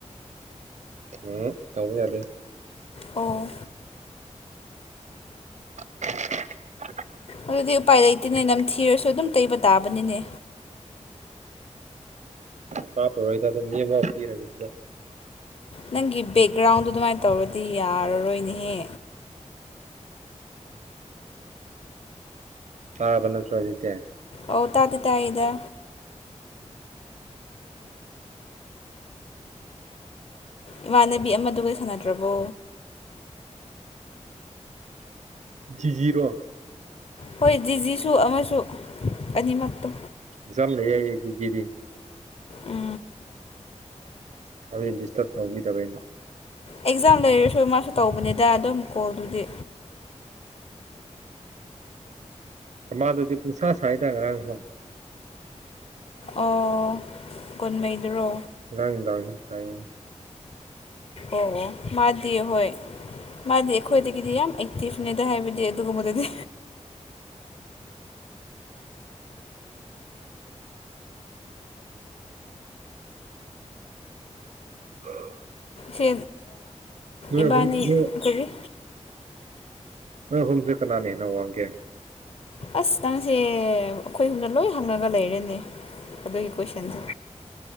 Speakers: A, on the right; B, on the left.
A: ꯎꯝ ꯌꯥꯎꯕ ꯌꯥꯗ
B: ꯑꯣ
A: <inaudible>
B: ꯑꯗꯨꯗꯤ ꯎꯄꯥꯏ ꯂꯩꯇꯦꯅꯦ ꯅꯝ ꯊꯤꯔꯁꯨ ꯑꯗꯨꯝ ꯇꯩꯕ ꯇꯥꯕꯅꯤꯅꯦ
A: ꯀꯥꯞꯄꯔꯣꯏꯗ ꯑꯗꯨꯝ ꯃꯤ ꯑꯃ ꯄꯤꯔꯒꯦ ꯁꯤꯗ
B: ꯅꯪꯒꯤ ꯕꯦꯛꯒ꯭ꯔꯥꯎꯟꯗꯣ ꯑꯗꯨꯃꯥꯏꯅ ꯇꯧꯔꯗꯤ ꯌꯥꯔꯔꯣꯏꯅꯦꯍꯦ
A: ꯇꯥꯕ ꯅꯠꯇ꯭ꯔꯣꯖꯤꯗꯦ
B: ꯑꯧ ꯇꯥꯗꯤ ꯇ ꯏꯗ ꯏꯃꯥꯟꯅꯕꯤ ꯑꯃꯗꯨꯒ ꯁꯥꯟꯅꯗ꯭ꯔꯕꯣ
A: ꯖꯤꯔꯣ
B: ꯍꯣꯏ ꯖꯤꯖꯤꯁꯨ ꯑꯃꯁꯨ ꯑꯅꯤꯃꯛꯇꯣ
A: ꯑꯦꯖꯝ ꯂꯩ ꯌꯥꯏꯗꯤꯗꯤ
B: ꯑꯥ
A: ꯍꯦꯟ ꯗꯤꯁꯇꯔꯕ ꯇꯧꯈꯤꯗꯕ ꯑꯩꯅ
B: ꯑꯦꯛꯖꯥꯝ ꯂꯩꯔꯁꯨ ꯃꯥꯁꯨ ꯇꯧꯕꯅꯤꯗ ꯑꯗꯨꯝ ꯀꯣꯜꯗꯨꯗꯤ
A: ꯃꯥꯗꯨꯗꯤ ꯄꯨꯨꯡꯁꯥ ꯁꯥꯏꯗ ꯉꯔꯥꯡꯁꯨꯣ
B: ꯑꯣ ꯀꯨꯟꯃꯩꯗ꯭ꯔꯣ
A: ꯔꯪꯗ ꯍꯣꯏ
B: ꯑꯣ ꯃꯥꯗꯤ ꯍꯣꯏ ꯃꯥꯗꯤ ꯑꯩꯈꯣꯏꯗꯒꯤꯗꯤ ꯌꯥꯝ ꯑꯦꯛꯇꯤꯞꯅꯦꯗ ꯍꯥꯏꯕꯗꯤ ꯑꯗꯨꯒꯨꯝꯕꯗꯗꯤ
A: ꯑ
B: ꯁꯦ ꯏꯕꯥꯅꯤ
A: ꯑꯍꯨꯝ ꯅꯣꯏ
B: ꯀꯔꯤꯔꯤ
A: ꯑ ꯍ ꯍꯧꯨꯝꯖꯀꯅꯥ ꯅꯅꯦꯅꯣ ꯋꯥꯪꯦ
B: ꯑꯁ ꯅꯪꯁꯦ ꯑꯩꯈꯣꯏ ꯁꯨꯝꯗ ꯂꯣꯏ ꯍꯪꯉꯒ ꯂꯩꯔꯦꯅꯦ ꯑꯗꯨꯒꯤ ꯀꯣꯏꯁꯟꯁꯦ